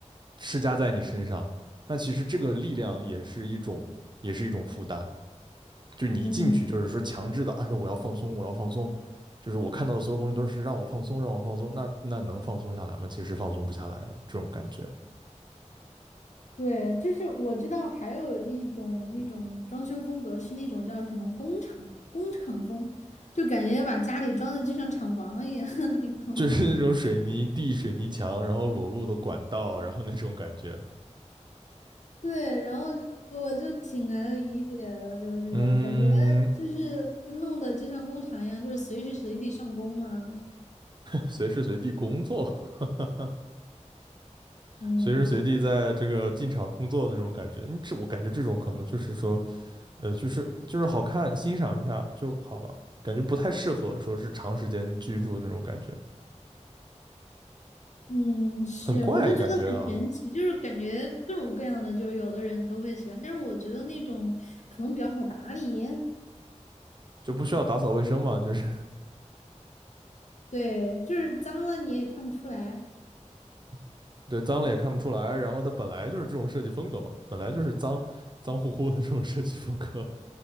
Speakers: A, on the right; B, on the left.
A: 施加在你身上。那其实这个力量也是一种，也是一种负担。就你一进去，
B: 嗯，
A: 就是说强制的，哎呦，我要放松，我要放松，就是我看到的所有东西都是让我放松，让我放松。那那能放松下来吗？其实放松不下来的这种感觉，
B: 对，就是我知道还有那种那种装修风格是那种叫什么工厂工厂风，就感觉把家里装的就像厂房一样 <laughs> 那种。
A: 就是那种水泥地、水泥墙，然后裸露的管道，然后那种感觉。
B: <laughs> 对，然后我就挺能理解的，就是感觉就是跟弄的就像工厂一样，
A: 嗯，
B: 就是随时随地上工嘛。
A: 随时随地工作，<laughs> 哈哈哈，
B: 嗯
A: 随时随地在这个进厂工作的那种感觉。你这我感觉这种可能就是说，呃，就是就是好看，欣赏一下就好了，感觉不太适合说是长时间居住那种感觉，
B: 嗯，是，
A: 很怪感觉啊，
B: 我就觉得很神奇，就是感觉各种各样的，就是有的人都会喜欢，但是我觉得那种可能比较好打理。
A: 就不需要打扫卫生嘛，就是
B: 对，就是脏了你也看不出来。
A: <laughs> 对脏了也看不出来，然后它本来就是这种设计风格嘛，本来就是脏脏乎乎的这种设计风格，